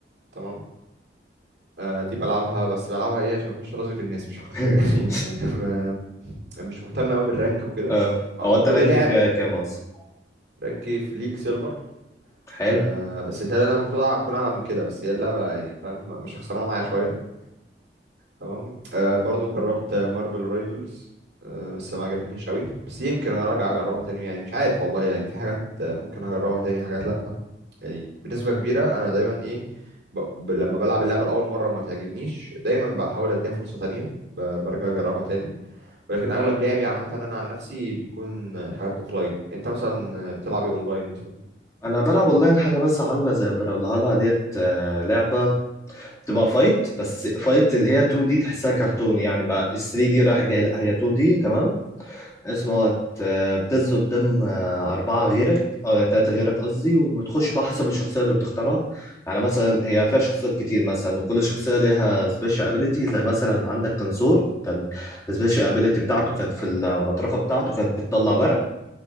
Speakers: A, on the right; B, on the left.
A: تمام آه، دي بلعبها بس بلعبها ايه عشان اخش راضي في الناس مش اكتر
B: <laughs>
A: <laughs> يعني ما ما مش مهتم قوي بالرانك وكده
B: اه
A: او
B: او
A: أو
B: انت
A: كل
B: رانك
A: لاعب
B: فيها كام اصلا
A: رانكي في ليك سيلفر
B: حلو
A: آه السلسله انا المفروض اكون اعلى من كده بس هي اللعبه يعني فاهم مش خسرانه معايا شويه تمام آه برضو جربت مارفل رايفلز آه بس ما عجبتنيش قوي بس يمكن انا
B: مم.
A: راجع اجربها تاني يعني مش عارف والله يعني في حاجات آه، ممكن هجربها تاني حاجات لا يعني بنسبة كبيرة أنا دايما إيه ب... ب... لما بلعب اللعبة لأول مرة وما تعجبنيش دايما بحاول أديها فرصة تانية ب... برجع أجربها تاني ولكن أغلب لعبي عامة أنا عن نفسي بيكون حاجات أوفلاين أنت مثلا بتلعب إيه أونلاين مثلا؟
B: انا بلعب اونلاين حاجه بس عامله زي بrawlhalla ديت آه، لعبه تبقى فايت بس فايت اللي هي 2 دي تحسها كرتون يعني ما 3 دي رايح جاي لا هي 2 دي تمام اسمه هو بتنزل قدام آه، أربعة غيرك أو تلاتة غيرك قصدي وبتخش بقى حسب الشخصية اللي بتختارها يعني مثلا هي فيها شخصيات كتير مثلا وكل شخصية ليها سبيشال ابيليتي زي مثلا عندك كنسور كان السبيشال ابيليتي بتاعته كانت في المطرقة بتاعته كانت بتطلع برق